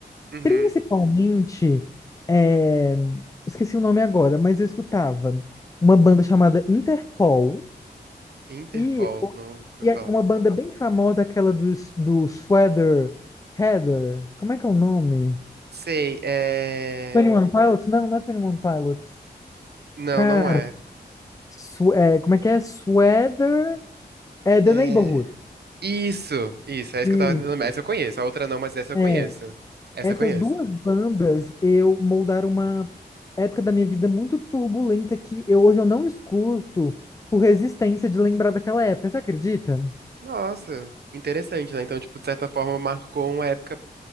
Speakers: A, on the right; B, on the left.
A: Uhum.
B: Principalmente, é, esqueci o nome agora, mas eu escutava uma banda chamada Interpol
A: Interpol,
B: e, o-
A: não vou
B: e
A: falar.
B: é uma banda bem famosa, aquela dos, do Sweater Heather. Como é que é o nome?
A: Sei, é.
B: 21 Pilots? Não, não é 21 Pilots.
A: Não,
B: Cara,
A: não é.
B: su- é, como é que é? Sweater é The
A: É.
B: Neighborhood.
A: Isso, isso, é isso
B: Isso.
A: que eu tava tentando. lembrar. Essa eu conheço, a outra não, mas essa eu
B: É,
A: conheço. Essa
B: essas
A: eu conheço.
B: duas bandas eu moldaram uma época da minha vida muito turbulenta que eu, hoje eu não escuto por resistência de lembrar daquela época. Você acredita?
A: Nossa, interessante, né? Então, tipo, de certa forma, marcou uma época